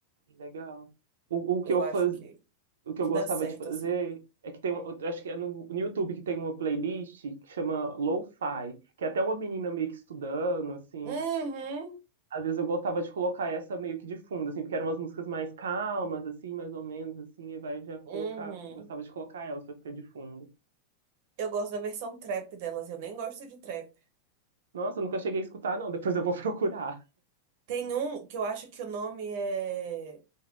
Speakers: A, on the right (about 85°); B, on the right (about 60°).
A: Legal. O, o que
B: Eu
A: eu faz...
B: acho que
A: o que
B: que
A: eu gostava
B: dá certo
A: de fazer
B: assim.
A: é que tem um, eu acho que é no, no YouTube que tem uma playlist que chama Lo-Fi, que é até uma menina meio que estudando assim,
B: Uhum,
A: Às vezes eu gostava de colocar essa meio que de fundo, assim, porque eram umas músicas mais calmas, assim, mais ou menos, assim, e vai já colocar,
B: uhum.
A: eu gostava de colocar elas pra ficar de fundo.
B: Eu gosto da versão trap delas, eu nem gosto de trap.
A: Nossa, eu nunca cheguei a escutar, não, depois eu vou <laughs> procurar.
B: Tem um que eu acho que o nome é.